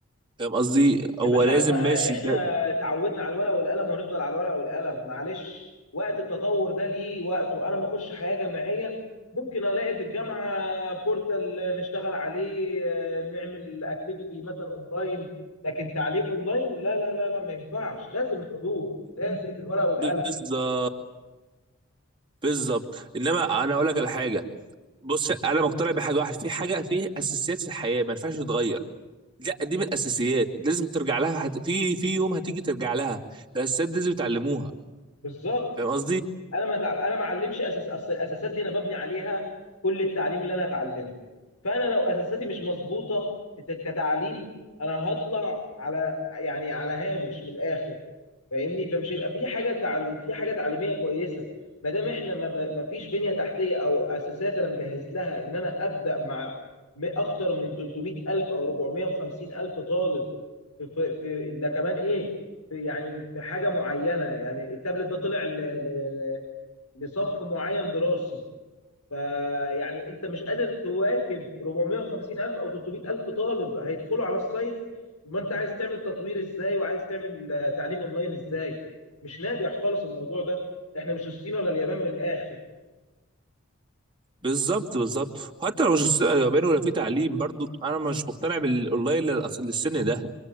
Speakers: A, on the right; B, on the left.
A: فاهم قصدي
B: يا
A: هو
B: باشا
A: لازم
B: أنا-
A: ماشي
B: احنا
A: ده-
B: تعودنا على الورق والقلم وهنفضل على الورق والقلم معلش وقت التطور ده ليه وقته انا ما اخش حياه جامعيه ممكن الاقي في الجامعه بورتال نشتغل عليه آه، نعمل اكتيفيتي مثلا اونلاين لكن تعليم اونلاين لا لا لا لا ما ينفعش لازم الحضور لازم الورق والقلم
A: بالظبط بالظبط إنما أنا أقول لك على حاجة بص أنا مقتنع بحاجة واحدة في حاجة في أساسيات في الحياة ما ينفعش تتغير لا دي من الأساسيات لازم ترجع لها هت- في في يوم هتيجي ترجع لها الأساسيات دي لازم يتعلموها
B: بالظبط
A: فاهم قصدي
B: انا ما تع... انا ما اعلمش اساس اصل الاساسات دي انا ببني عليها كل التعليم اللي انا هتعلمه فانا لو اساساتي مش مظبوطه كت- كتعليم انا هطلع على يعني على هامش من الاخر فاهمني فمش هيبقى في حاجه تعليم في حاجه تعليميه كويسه ما دام احنا ما, ب... ما فيش بنيه تحتيه او اساسات انا مجهز لها ان انا ابدا مع م- اكتر من 300 الف او 450 الف طالب في في, في... ده كمان ايه في يعني في حاجه معينه يعني التابلت ده طلع ل... ل... لصف معين دراسي فيعني انت مش قادر تواكب 450 الف او 300 الف طالب هيدخلوا على السايت ما انت عايز تعمل تطوير ازاي وعايز تعمل آه، تعليم اونلاين ازاي مش ناجح خالص الموضوع ده احنا مش الصين ولا اليابان من الاخر
A: بالظبط بالظبط حتى لو مش لو بينه ولا في تعليم برضو انا مش مقتنع بالاونلاين لل- أصل للسن ده